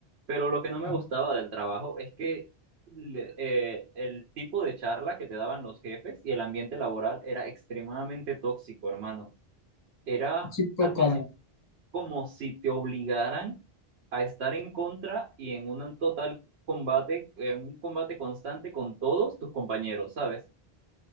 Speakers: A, on the right; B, on the left.
A: Pero lo que no me
B: Claro.
A: gustaba del trabajo es que le- eh, el tipo de charla que te daban los jefes y el ambiente laboral era extremadamente tóxico, hermano. Era
B: Tóxico,
A: algo
B: ¿cómo?
A: así como si te obligaran a estar en contra y en un total combate, en un combate constante con todos tus compañeros, ¿sabes?